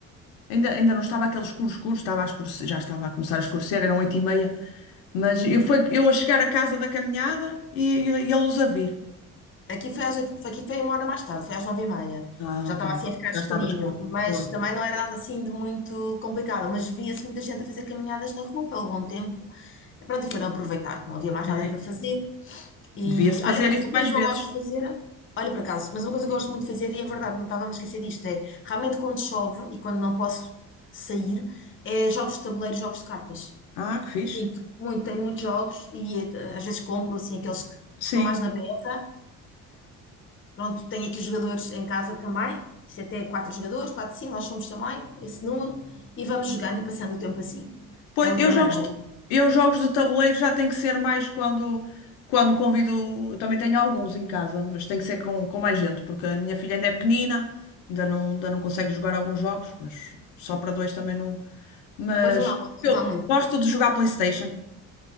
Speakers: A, on the left; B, on the left.
A: ainda, ainda não estava aquele escuro escuro, estava a escurecer, já estava a começar
B: Mas
A: a escurecer,
B: Foi.
A: eram oito e meia. Mas eu, foi, eu a chegar à casa da caminhada e, e a luz a vir.
B: Aqui foi às oito, aqui foi uma hora mais tarde, foi às nove e meia.
A: Ah,
B: Já
A: um bocadinho.
B: estava assim a ficar escurinho,
A: Já estava escuro.
B: mas
A: Foi.
B: também não era nada assim de muito complicado. Mas via-se muita gente a fazer caminhadas na rua pelo bom tempo. E pronto, e foram aproveitar, que não havia mais
A: É?
B: nada para fazer. E
A: Devia-se fazer
B: olha, mas
A: isso
B: uma coisa
A: mais
B: que
A: vezes.
B: eu gosto de fazer, olha por acaso, mas uma coisa que eu gosto muito de fazer, e é verdade, não estava a me esquecer disto, é realmente quando chove e quando não posso sair, é jogos de tabuleiro, jogos de cartas.
A: Ah, que fixe.
B: Muito, muito, tenho muitos jogos e eh, às vezes compro assim aqueles que
A: Sim.
B: estão mais na beira. Pronto, tenho aqui jogadores em casa também, isto é até quatro jogadores, quatro, cinco, nós somos também, esse número, e vamos jogando e passando o tempo assim.
A: Pois,
B: É outra
A: eu
B: maneira.
A: jogos de, eu jogos de tabuleiro já tem que ser mais quando, quando convido. Eu também tenho alguns em casa, mas tem que ser com, com mais gente, porque a minha filha ainda é pequenina, ainda não, ainda não consegue jogar alguns jogos, mas só para dois também não. Mas
B: Pois não há,
A: eu
B: não há muito.
A: gosto de jogar PlayStation.